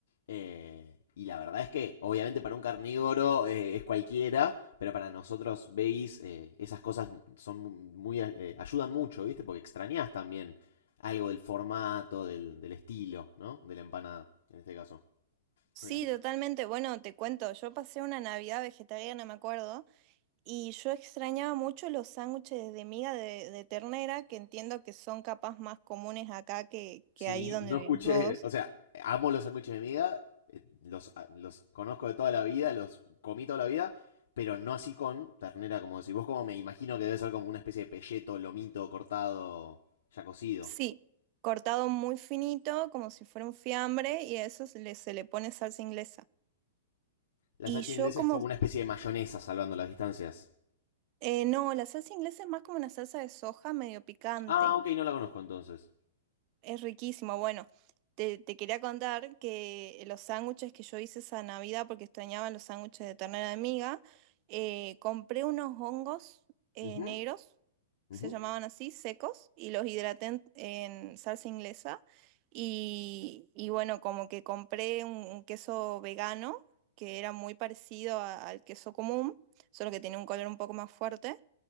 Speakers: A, on the left (about 70°); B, on the right (about 35°).
A: Eh, y la verdad es que, obviamente, para un carnívoro eh, es cualquiera, pero para nosotros veis, eh, esas cosas son muy, eh, ayudan mucho, ¿viste? Porque extrañas también algo del formato, del, del estilo, ¿no? De la empanada, en este caso.
B: Sí,
A: Bueno,
B: totalmente. Bueno, te cuento, yo pasé una Navidad vegetariana, me acuerdo. Y yo extrañaba mucho los sándwiches de miga de, de ternera, que entiendo que son capaz más comunes acá que,
A: sí,
B: que ahí donde
A: no
B: vivís
A: escuché,
B: vos.
A: o sea, amo los sándwiches de miga, eh, los, a- los conozco de toda la vida, los comí toda la vida, pero no así con ternera, como decís. Vos como me imagino que debe ser como una especie de pelleto, lomito cortado, ya cocido.
B: Sí, cortado muy finito, como si fuera un fiambre, y a eso se le, se le pone salsa inglesa.
A: La
B: Y
A: salsa
B: yo
A: inglesa
B: como,
A: es como una especie de mayonesa salvando las distancias.
B: eh, no, la salsa inglesa es más como una salsa de soja medio picante.
A: Ah, ok, no la conozco entonces.
B: Es riquísimo. Bueno, te, te quería contar que los sándwiches que yo hice esa Navidad, porque extrañaba los sándwiches de ternera de miga, eh, compré unos hongos eh,
A: Ujú,
B: negros,
A: ujú.
B: se llamaban así, secos, y los hidraté en, en salsa inglesa. Y, y bueno, como que compré un, un queso vegano, que era muy parecido a- al queso común, solo que tiene un color un poco más fuerte